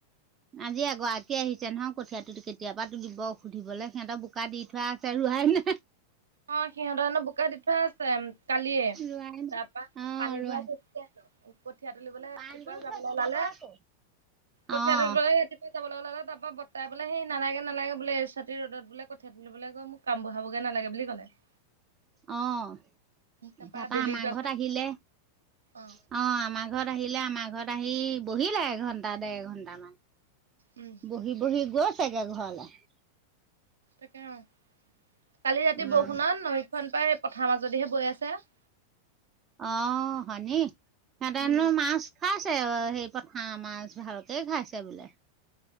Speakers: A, on the right; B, on the right.
A: আজি এগৰাকী আহিছে নহয় কঠিয়াতো <inaudible> কেতিয়াবা তুলিব সুধিবলৈ সিহঁতৰ বো <unintelligible> বোকা দি থোৱা আছে ৰুৱাই নাই। <inaudible>
B: অঁ! সিহঁতৰনো বোকা দি থোৱা আছে কালিয়ে
A: ৰোৱাই নাই
B: তাৰপা
A: অ',
B: পানী
A: ৰোৱাই
B: ভৰাই থৈছে। <inaudible> এতিয়া কঠীয়া তুলিবলৈ ৰাতিপুৱা
A: পাণ ৰুই
B: যাবলৈ
A: থৈছে
B: ওলালে।
A: চাব আকৌ।
B: কঠীয়া
A: অ',
B: তুলিবলৈ <inaudible> যাবলৈ ওলালে তাৰ পৰা বৰ্তাই বোলে সেই নালাগে-নালাগে বোলে <inaudible> ছাতি ৰদত বোলে কঠীয়া তুলিবলে গৈ মোক <unintelligible> কাম বঢ়াব গে নালাগে বুলি ক'লে। <unintelligible>
A: অঁ!
B: তাৰপৰা
A: তাৰপা
B: আবেলি
A: আমাৰ
B: যোৱা
A: ঘৰত
B: কথা
A: আহিলে। <inaudible> অঁ,
B: অ
A: আমাৰ ঘৰত আহিলে, আমাৰ ঘৰত আহি বহিলে এঘণ্টা, দেৰ ঘন্টা মান। <inaudible>
B: উম <unintelligible>
A: বহি-বহি গৈছে গে ঘৰলৈ। <inaudible>
B: তাকে অ <inaudible> কালি ৰাতি
A: উম,
B: বৰষুণত নৈখন পৰা সেই পথাৰ মাজদিহে বৈ আছে। <unintelligible>
A: অঁ! হনী সিহঁতেনো
B: উম।
A: মাছ <inaudible> খাইছে সেই পথাৰ মাছ ভালকে খাইছে বোলে। <inaudible>